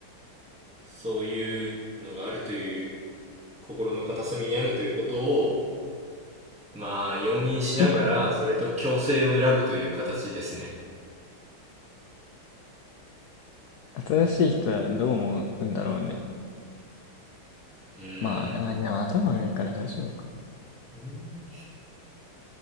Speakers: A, in the centre; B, on the left.
A: そういうのがあるという心の片隅にあるということをまあ容認しながらそれと共生を選ぶという形ですね。
B: よく、新しい人はどう思うんだろうね。
A: うん。
B: まあ、あー、でも頭悪いから大丈夫か。
A: うん